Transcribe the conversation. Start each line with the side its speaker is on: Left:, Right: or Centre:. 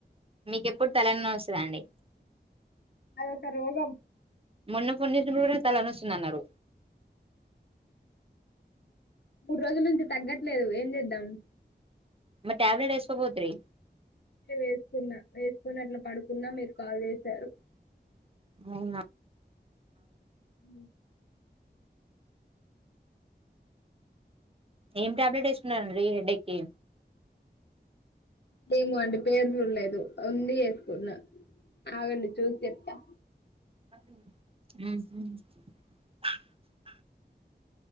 Right: మీకెప్పుడు తలన వస్తుందండి
Left: అద సారు వగం
Right: మన్న ఫోన్తలా నస్తున్నాన్నారు
Left: మూడు రోజుల నుంచి తగ్గట్లేదు ఏం చేద్దాం
Right: మ ట్యాబ్లేెట్ ఎయిస్కోబోతుీ
Left: వేసుకున్నా వేసుకున్నట్లు పడుకున్న మీరు కాల్ చేసారు
Right: అవునా
Left: అ
Right: ఏం టాబ్లెట్ వేసుకున్నండి హెడడేక్కిి
Left: ఏమో అండి పేరు చూడలేదు ఉంది వసుకున్నా ఆగండి చూసి చెప్తా
Right: అ